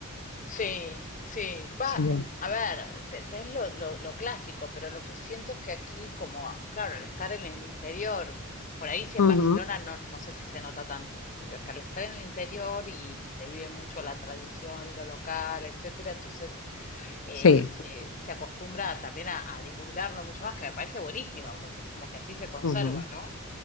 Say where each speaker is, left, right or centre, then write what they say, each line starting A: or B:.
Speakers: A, on the left; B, on the left.
A: Sí, sí. Va,
B: Sí.
A: a ver, te- tenés lo, lo- lo clásico, pero lo que siento es que aquí, como, claro, al estar en el interior, por ahí sí en
B: Ujú,
A: Barcelona no, no sé si se nota tanto, pero acá al estar en el interior y, y se vive mucho la tradición y lo local, etcétera, entonces eh,
B: Sí.
A: se, se acostumbra también a, a divulgarlo mucho más, que me parece buenísimo, porque es como que así se conserva,
B: ujú,
A: ¿no?